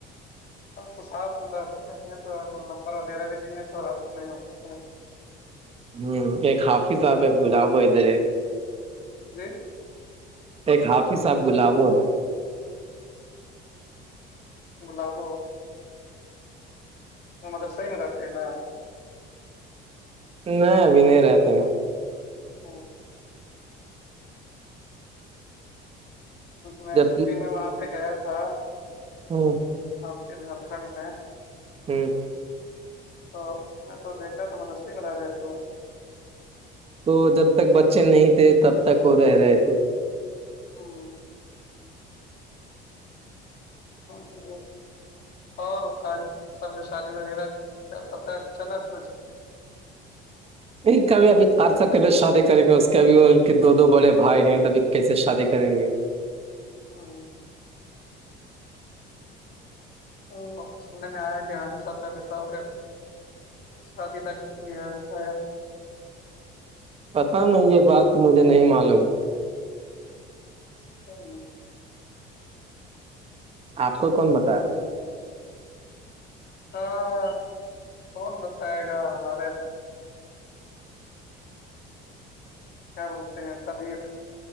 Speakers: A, on the left; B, on the right.
A: اب تو ساتھ میں بیتے نہیں ہے تو نمبر وغیرہ بھی نہیں ہے تو آپ
B: ہوں ایک حافظ آحب ایک گلاب ہو ادھر ہے
A: جی
B: ایک حاف صاحب گلابوں نے
A: گلاب وہ مدر صحیح مناتے ہیں نا
B: نہیں ابھی نہیں رہتے ہیں
A: ہاں میں
B: جب
A: چھٹی میں وہاں پہ گیا تھا
B: ہاں
A: آپ کے جھارکھنڈ میں
B: ہاں
A: تو میں تو دیکھا تھا مدر سنگ رہ رہے تھے وہ
B: تو جب تک بچے نہیں تھے تب تک وہ رہ رہے تھے
A: ہاں <inaudible> اور سب شادی وغیرہ پتا چلا کچھ
B: نہیں کبھی ابھی چار سب کیسے شادی کریں گے اس کے ابھی ان کے دو دو بڑے بھائی ہیں ابھی کیسے شادی کریں گے
A: ہوں، وہ سننے میں آیا کہ ہم نے سوچا سال کے شادی لگ چکی ہے شاید
B: پتا نہیں یہ بات مجھے نہیں معلوم
A: <inaudible>
B: آپ کو کون بتایا
A: ہاں کون بتائے گا ہمارے کیا بولتے ہیں صدیق